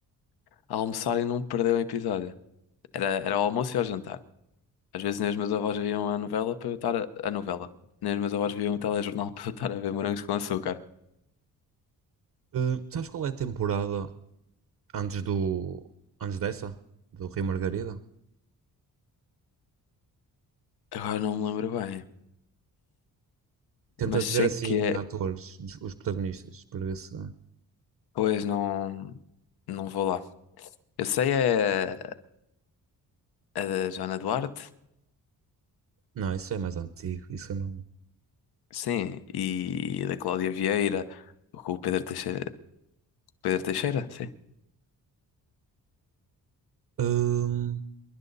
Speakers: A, on the left (about 85°); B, on the right (about 60°).
A: a almoçar e não perder um episódio. Era, era o almoço e ao jantar. Às vezes nem os meus avós viam a novela para eu estar a, a novela. Nem os meus avós viam o telejornal <laughs> para eu estar a ver Morangos com Açúcar.
B: Eh, sabes qual é a temporada antes do antes dessa, do Rei Margarida.
A: Agora não me lembro bem,
B: Tenta
A: mas
B: dizer
A: sei
B: assim
A: que é.
B: atores, dos- os protagonistas, para ver se.
A: Pois não, não vou lá. Eu sei é a da Joana Duarte,
B: Não, isso é mais antigo, isso eu não.
A: sim, e a da Cláudia Vieira, com o Pedro Teixeira. Pedro Teixeira, sim.
B: Hum,